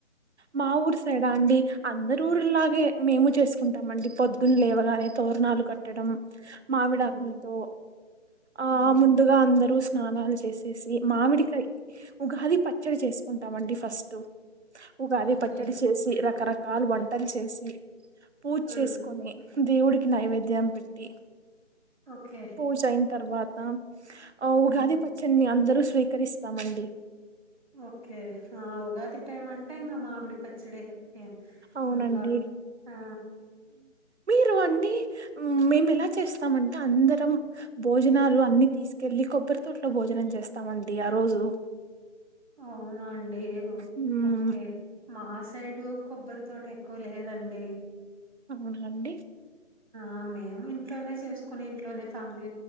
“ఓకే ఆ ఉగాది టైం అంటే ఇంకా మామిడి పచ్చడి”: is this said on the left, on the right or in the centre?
Right